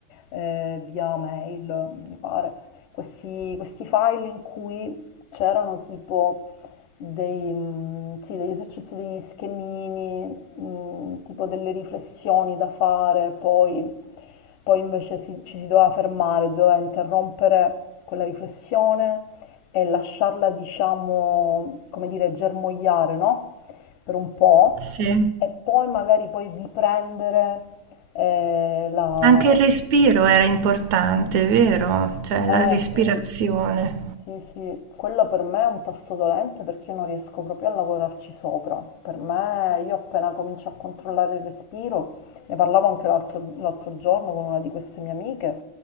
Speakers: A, on the left (about 80°); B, on the right (about 75°).
A: eh, via mail, mi pare, questi, questi file in cui c'erano tipo dei, mm, sì, degli esercizi, degli schemini, mm, tipo delle riflessioni da fare, poi, poi invece si- ci si doveva fermare, doveva interrompere quella riflessione e lasciarla, diciamo, come dire, germogliare, no? Per un po'
B: sì.
A: e poi magari poi riprendere eh, la,
B: Anche il respiro era importante, vero? Cioè
A: eh
B: la respirazione.
A: sì, sì, sì, quello per me è un tasto dolente perché io non riesco proprio a lavorarci sopra. Per me, io appena comincio a controllare il respiro, ne parlavo anche l'altro l'altro giorno con una di queste mie amiche,